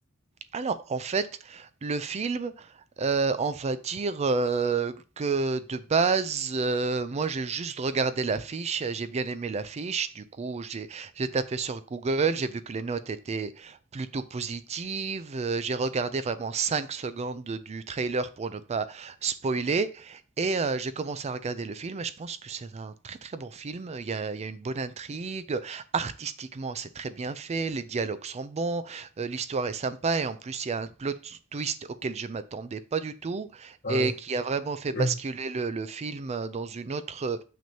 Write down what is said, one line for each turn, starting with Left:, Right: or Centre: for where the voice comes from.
Right: alors, en fait, le film, euh, on va dire euh, que de base, euh, moi j'ai juste regardé l'affiche, euh, j'ai bien aimé l'affiche, du coup j'ai j'ai tapé sur Google, j'ai vu que les notes étaient plutôt positives, euh, j'ai regardé vraiment 5 secondes du trailer pour ne pas spoiler, et euh, j'ai commencé à regarder le film, et je pense que c'est un très très bon film, il y a, il y a une bonne intrigue, artistiquement c'est très bien fait, les dialogues sont bons. Euh, l'histoire est sympa et en plus il y a un plot twist auquel je m'attendais pas du tout
Left: Ah,
Right: et
Left: oui.
Right: qui a vraiment fait
Left: Mhm.
Right: basculer le, le film euh, dans une autre, euh,